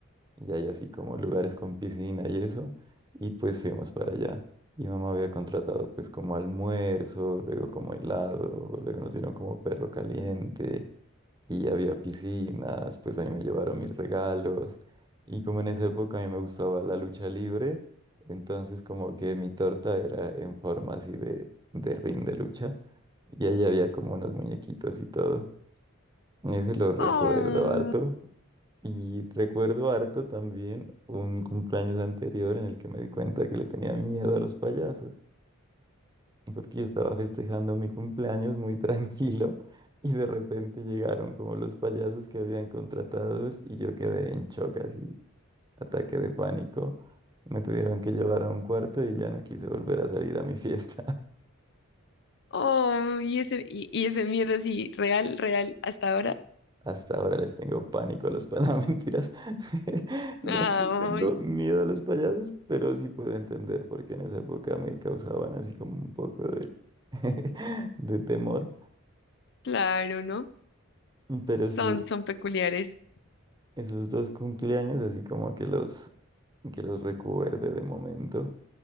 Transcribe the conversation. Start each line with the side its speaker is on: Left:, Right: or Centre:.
Right: y hay así como lugares con piscina y eso, y pues fuimos para allá. Y mamá había contratado pues como almuerzo, luego como helado, luego nos dieron como perro caliente y había piscinas, pues ahí me llevaron mis regalos. Y como en esa época a mí me gustaba la lucha libre, entonces como que mi torta era en forma así de, de ring de lucha. Y ahí había como unos muñequitos y todo. Ese lo recuerdo
Left: Oh,
Right: harto. Y recuerdo harto también un cumpleaños anterior en el que me di cuenta que le tenía miedo a los payasos porque yo estaba festejando mi cumpleaños muy <laughs> tranquilo y de repente llegaron como los payasos que habían contratados y yo quedé en shock, así, ataque de pánico. Me tuvieron que llevar a un cuarto y ya no quise volver a salir a mi fiesta.
Left: oh, y ese, y, y ese miedo así, real, real, hasta ahora.
Right: <laughs> Hasta ahora les tengo pánico a los payasos, <laughs> mentiras. <laughs> Ya
Left: Ay,
Right: no les tengo miedo a los payasos, pero sí puedo entender por qué en esa época me causaban así como un poco de, <laughs> de temor.
Left: claro, ¿no?
Right: Pero
Left: Son,
Right: sí,
Left: son peculiares.
Right: esos dos cumpleaños, así como que los, que los recuerde de momento.